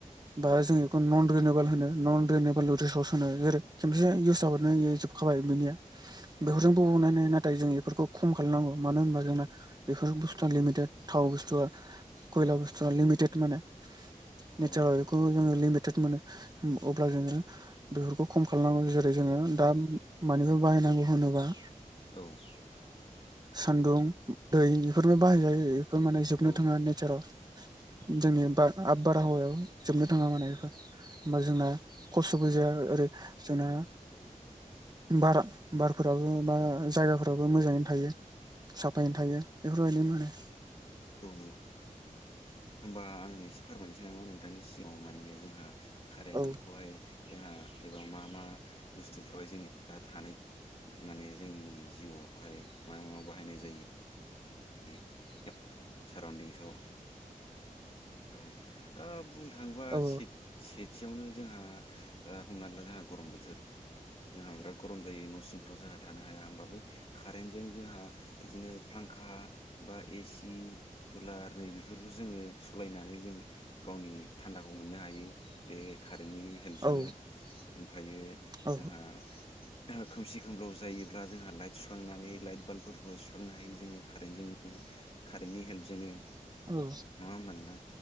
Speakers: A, on the left; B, on the right.
A: औ
B: बाहाय जों बेखौ नन रेनेबोल होनो नन रेनेबोल रिसर्स होनो जेरै खेमसे इउस जाबानो यो जोबखाबाय बिनिया
A: औ
B: बेखौजोंबु अनाय नाथाय जों बेफोरखौ खम खालामना षए अ मानो होनबा जोंना बेफोर
A: ए
B: बुस्थुआ लिमिटेद थाव बस्थुआ खयला
A: औ
B: बुस्थु लिमिटेद माने
A: औ
B: नेचार
A: नंगौ
B: आव बेखौ जों लिमिटेड मोनो। उम अब्ला जोङो बेफोरखौ खम खालामनांगौ जेरै जोङो दा मानिखौ बाहायनांगौ होन नबा।
A: औ ‌
B: सान्दुं, दै बेफोरबो बाहायजायो बेफोर माने जोबनो
A: औ औ
B: थाङा नेचाराव जोंनि बा आब बारहावायाव जोबनो थाङा माने इफोर ओमफाय जोंना खस बुजाया ओरै जोंना
A: <inaudible>
B: बारा बारफोराबो बा जायगाफोराबो मोजाङैनो थायो। साफायैनो थायो बेफोरबायदि माने
A: औ नोंगौ। होमबा आं एसे फोरमायनोसै नामा नोंथांनि सिगाङाव माने जोंहा कारेन्टखौहाय
B: औ
A: जोंहा एबा मा मा बुस्थुफ्रावाय जों दा थानाय माने जोंनि जिउआव बहाय मायाव मायव बाहायनाय जायो <unintelligible> साराउन्दिंहसाव औ दा बुंनो थाङोबा
B: औ
A: से से थियावनो जोंहा ओ हमनानै ला जोंहा गरम बोथोर जोंहा बिराद गरम जायो न' सिंफ्राव जों ना थानो हाया होमबाबो कारेन्टजों जोंहा इदिनो फांखा बा एसि, कुलार नै बेफोरखौ जोङो स'लायनानै जों गावनि थान खौ मोननो हायो बे का नि हेल्पजोंनो
B: औ
A: ओमफ्रायो
B: औ
A: जोंहा ओ खोमसि खोमलाव जायोब्ला जोंहा लाइट सुखांनानै लाइट बाल्बफोरखौहाय सुखांनो हायो जोङो। कारेन्टजों कारेन्टनि हेल्प जोङो नङा
B: औ
A: होमबान नोंथां